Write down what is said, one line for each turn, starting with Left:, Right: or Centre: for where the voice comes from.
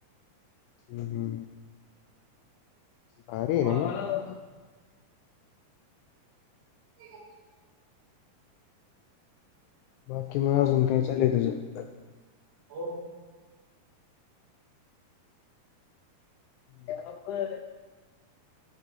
Left: हम्म हम्म, भारी आहे
Right: बोला
Left: रे मग.
Right: <inaudible>
Left: बाकी मग अजून काय चाललंय तुझं. <inaudible>
Right: हो
Left: या लवकर.